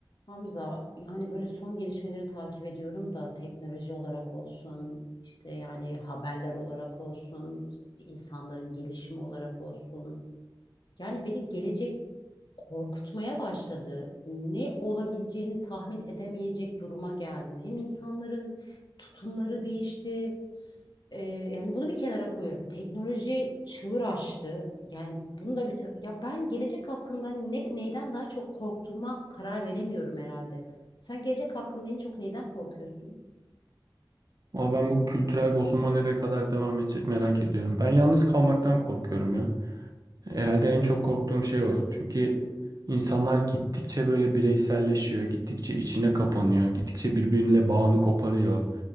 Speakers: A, on the left; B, on the right.
A: Hamza yani böyle son gelişmeleri takip ediyorum da teknoloji olarak olsun işte yani haberler olarak olsun işte insanların gelişimi olarak olsun yani beni gelecek korkutmaya başladı. Ne olabileceğini tahmin edemeyecek duruma geldim. Hem insanların tutumları değişti. Ee, yani bunu bir kenara koyuyorum. Teknoloji çığır açtı. Yani bunu da bir ta- ya ben gelecek hakkında ne, neyden daha çok korktuğuma karar veremiyorum herhalde. Sen gelecek hakkında en çok neyden korkuyorsun?
B: Ama ben bu kültürel bozulma nereye kadar devam edecek merak ediyorum. Ben yalnız kalmaktan korkuyorum ya. Herhalde en çok korktuğum şey o. Çünkü insanlar gittikçe böyle bireyselleşiyor, gittikçe içine kapanıyor, gittikçe birbirine bağını koparıyor.